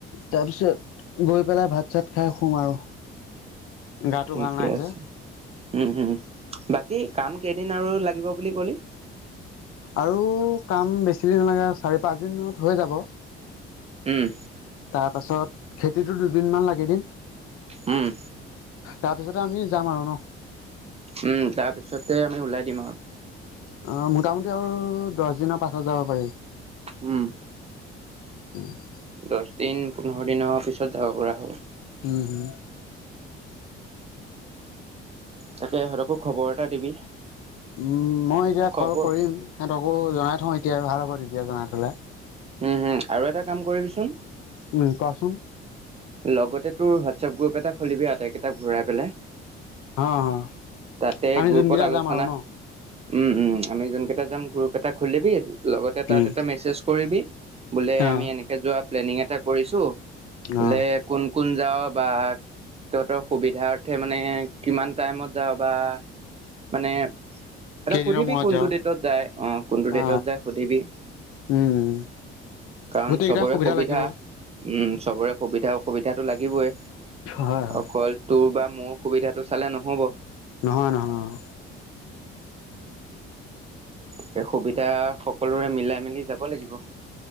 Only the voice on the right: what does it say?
ঠিকে
আছে
উম হুম, বাকী কাম কেইদিন আৰু লাগিব বুলি ক'লি।
উম
উম।
উম তাৰ পিছতে আমি উলাই দিম আৰু।
উম।
দহ দিন পোন্ধৰ দিনৰ পিছত যাব পৰা হ'ব।
তাকে সিহঁতোকো খবৰ এটা দিবি।
খবৰ
উম হুম, আৰু এটা কাম কৰিবিচোন।
লগতে তোৰ হোৱাটছএপ গ্ৰুপ এটা খুলিবি আটাইকেইটাক ভৰাই পেলাই।
তাতে
গ্ৰুপত
আলোচনা
উম উম, আমি যোনকেইটা যাম গ্ৰুপ এটা খুলিবি। লগতে তাত
এটা মেছেজ কৰিবি, বোলে
আমি এনেকে যোৱা প্লেনিং এটা কৰিছোঁ। বোলে
কোন কোন যা বা তহঁতৰ সুবিধা অৰ্থে মানে কিমান টাইমত যাবা মানে সিহঁতক
সুধিবি
কোনটো
ডেটত যায় অঁ কোনটো ডেটত
যায় সুধিবি,
কাৰণ
চবৰে সুবিধা
উম চবৰে সুবিধা অসুবিধাটো লাগিবই।
অকল তোৰ বা মোৰ সুবিধাটো চালে নহ'ব।
তে, সুবিধা সকলোৰে মিলাই মিলি যাব লাগিব।